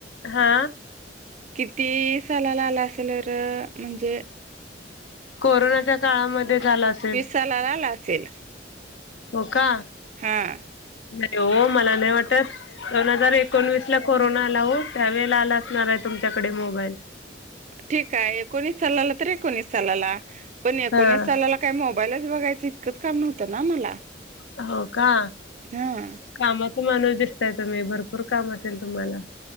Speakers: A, on the left (about 80°); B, on the right (about 40°).
A: हा
B: किती सालाला आला असेल र म्हणजे
A: कोरोनाच्या काळामध्ये झाला असेल.
B: चलाला आला असेल.
A: हो का,
B: हा
A: नाही हो मला नाही वाटत. दोन हजार एकोणवीस ला कोरोना आला हो, त्यावेेळेला आला असणार आहे तुमच्याकडे मोबाईल.
B: ठीक आहे एकोणीस सालाला तर, एकोणीस सालाला. पण एकोणीस
A: हा
B: सालाला काही मोबाईलच बघायचं इतकंच काम नव्हतं ना मला.
A: हो का,
B: हा
A: कामाच माणूस दिसताय तुम्ही, भरपूर काम असेल तुम्हाला.